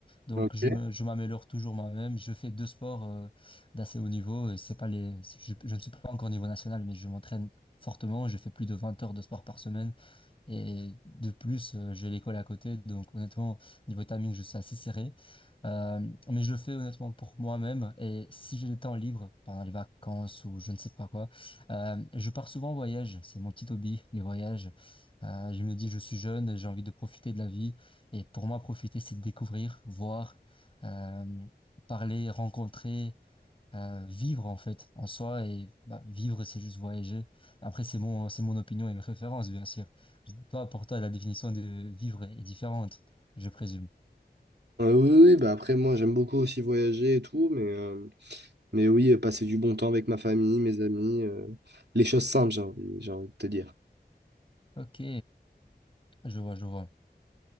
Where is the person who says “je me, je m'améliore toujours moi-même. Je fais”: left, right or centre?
Left